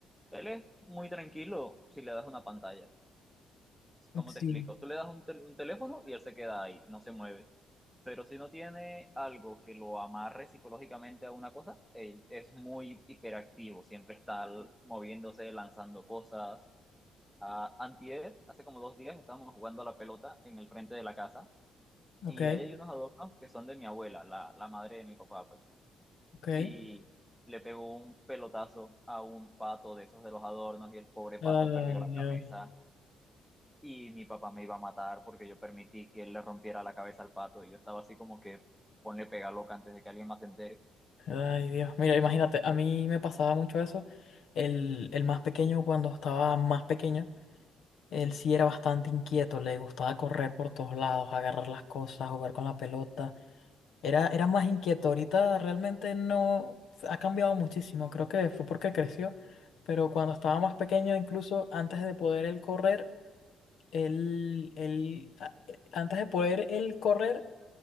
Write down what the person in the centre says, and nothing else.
Él es muy tranquilo si le das una pantalla. ¿Cómo
te explico? Tú le das un, tel- un teléfono y él se queda ahí, no se mueve. Pero si no tiene algo que lo amarre psicológicamente a una cosa, él es muy hiperactivo, siempre está al- moviéndose, lanzando cosas. Ah, antier, hace como dos días, estábamos jugando a la pelota en el frente de la casa
y ahí hay unos adornos que son de mi abuela, la, la madre de mi papá, pues.
Y le pegó un pelotazo a un pato de esos de los adornos y el pobre
pato perdió la
cabeza. y mi papá me iba a matar porque yo permití que él le rompiera la cabeza al pato y yo estaba así como que ponle pega loca antes de que alguien más se entere.